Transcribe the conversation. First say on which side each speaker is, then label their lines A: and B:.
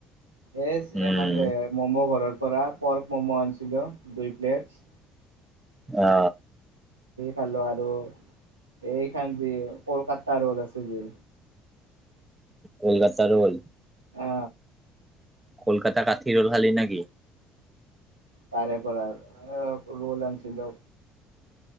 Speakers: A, on the right; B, on the right.
A: এই
B: উম
A: এখানতে ম'ম' ঘৰৰ পৰা, পৰ্ক ম'ম' আনিছিলোঁ দুই প্লেট।
B: অ।
A: খালো আৰু এই খান যে কলকাতা ৰ'ল আছে যে?
B: কলকাতা ৰ'ল।
A: অ।
B: কলকাতা কাঠি ৰল খালি না কি?
A: তাৰে পৰা ৰল আনছিলো।